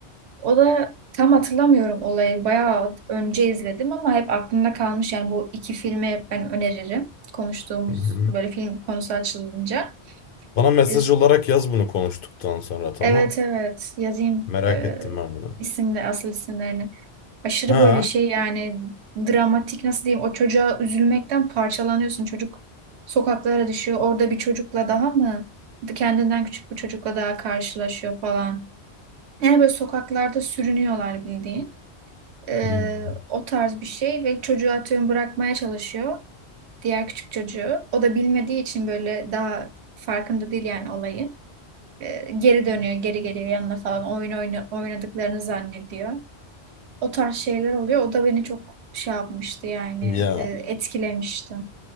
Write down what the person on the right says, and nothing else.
O da tam hatırlamıyorum olayı. Bayağı önce izledim ama hep aklımda kalmış. Yani bu iki filmi ben öneririm. Konuştuğumuz
böyle film konusu açılınca.
E,
Evet evet yazayım
e,
isimle asıl isimlerini. Aşırı
böyle şey yani dramatik nasıl diyeyim o çocuğa üzülmekten parçalanıyorsun. Çocuk sokaklara düşüyor. Orada bir çocukla daha mı kendinden küçük bir çocukla daha karşılaşıyor falan. Yani böyle sokaklarda sürünüyorlar bildiğin. Ee,
o tarz bir şey ve çocuğu atıyorum bırakmaya çalışıyor. Diğer küçük çocuğu. O da bilmediği için böyle daha farkında değil yani olayın. Ee, geri dönüyor, geri geliyor yanına falan. Oyun oyna, oynadıklarını zannediyor. O tarz şeyler oluyor. O da beni çok şey yapmıştı yani
e, etkilemişti.